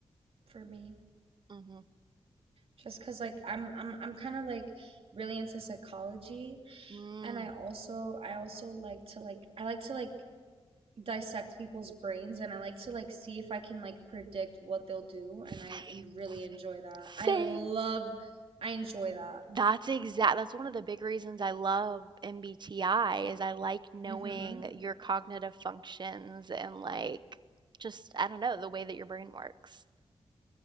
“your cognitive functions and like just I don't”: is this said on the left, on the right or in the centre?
Right